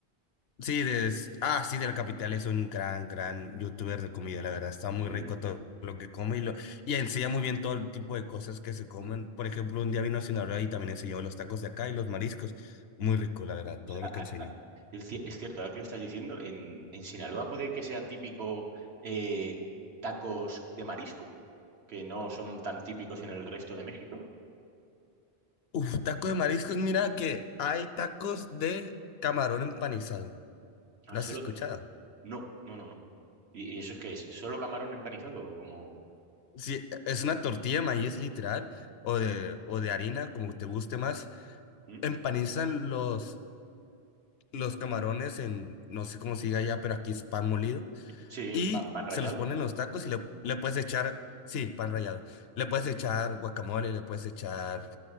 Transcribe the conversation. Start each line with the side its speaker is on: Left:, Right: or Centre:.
Left: Sí, de, ah, sí, de la capital es un gran, gran youtuber de comida, la verdad. Está muy
Right: Sí.
Left: rico todo lo que come y, lo, y enseña muy bien todo el tipo de cosas que se comen.
Right: Mm,
Left: Por ejemplo, un día vino a Sinaloa y también enseñó los tacos de acá y los mariscos. Muy rico, la verdad,
Right: o
Left: todo
Right: sea,
Left: lo que enseñó.
Right: Es ci- es cierto, ahora que lo estás diciendo, en, en Sinaloa puede que sea típico eh, tacos de marisco, que no son tan típicos en el resto de México.
Left: Uf, taco de mariscos, mira que hay tacos de camarón empanizado.
Right: Ah,
Left: ¿Lo
Right: solo...
Left: has escuchado?
Right: No, no, no, no. ¿Y, y eso es que es? ¿Solo camarón empanizado o como...
Left: Sí, es una tortilla de maíz literal o de, o de harina, como te guste más.
Right: ¿Mm?
Left: Empanizan los los camarones en, no sé cómo se diga allá, pero aquí es pan molido.
Right: Sí,
Left: Y
Right: pan, pan rallado.
Left: se los ponen en los tacos y le, le puedes echar, sí, pan rallado. Le puedes echar guacamole, le puedes echar